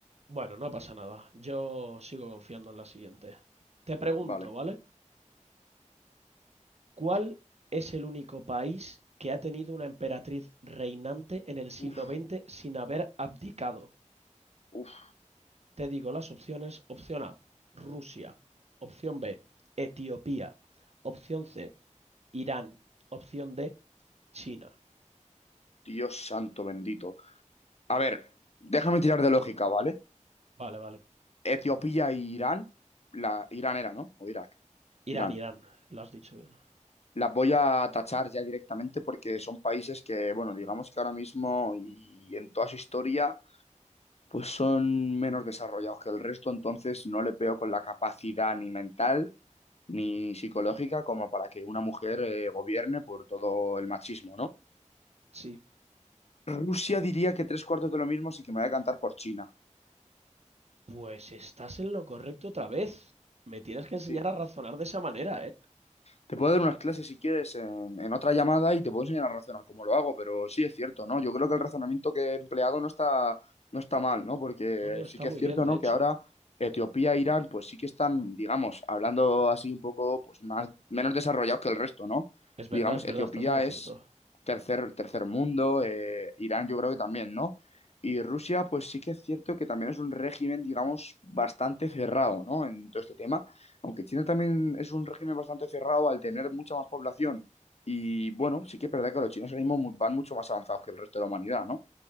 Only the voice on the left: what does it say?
Vale.
Uf,
uf,
Dios santo bendito. A ver, déjame tirar de lógica, ¿vale?
Etiopía e Irán, la, Irán era, ¿no? O Irak,
Irán.
Las voy a tachar ya directamente porque son países que, bueno, digamos que ahora mismo y en toda su historia, pues son menos desarrollados que el resto, entonces no les veo con la capacidad ni mental ni psicológica como para que una mujer eh, gobierne por todo el machismo, ¿no?
Rusia diría que tres cuartos de lo mismo, sí que me voy a cantar por China.
Sí.
Te puedo dar unas clases si quieres en, en otra llamada y te puedo enseñar a razonar cómo lo hago, pero sí es cierto, ¿no? Yo creo que el razonamiento que he empleado no está, no está mal, ¿no? Porque
sí que
es cierto,
¿no?
Que ahora Etiopía e Irán, pues sí que están, digamos, hablando así un poco, pues más, menos desarrollados que el resto, ¿no?
Digamos,
Etiopía
es tercer, tercer mundo, eh, Irán yo creo que también, ¿no? Y Rusia, pues sí que es cierto que también es un régimen, digamos, bastante cerrado, ¿no? En todo este tema. Aunque China también es un régimen bastante cerrado al tener mucha más población. Y bueno, sí que es verdad que los chinos ahora mismo mu- van mucho más avanzados que el resto de la humanidad, ¿no?